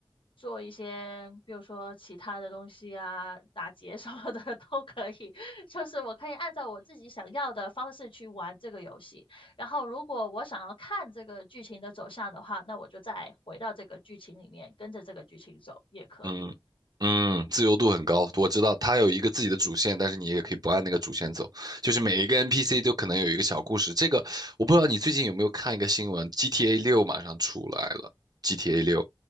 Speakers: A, on the left; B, on the right.
A: 做一些，比如说其他的东西啊，打劫 <laughs> 什么的 <laughs> 都可以。<laughs> 就是我可以按照我自己想要的方式去玩这个游戏。然后，如果我想要看这个剧情的走向的话，那我就再回到这个剧情里面，跟着这个剧情走也可以。
B: 嗯嗯，自由度很高，我知道它有一个自己的主线，但是你也可以不按那个主线走，就是每一个 NPC 都可能有一个小故事。这个我不知道你最近有没有看一个新闻，GTA 六马上出来了，GTA
A: 嗯，
B: 六，